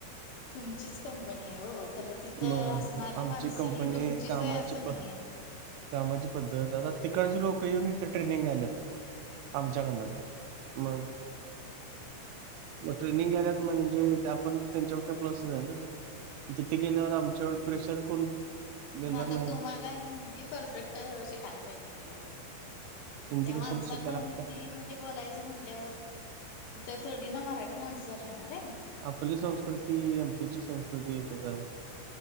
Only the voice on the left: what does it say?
तुमचीच कंपनी आहे हो खरं तिथं
असणारी
माणसं
ही तुमचीच
आहे असं नाही
आहे
म आता
तुम्हाला हिंदी परफेक्ट शिकायला पाहिजे कि ओ.
त्या
माणसांना
हिंदी
मध्ये बोलायचं म्हटल्यावर. तिथ थोडी ना मराठी माणसं राहणारे.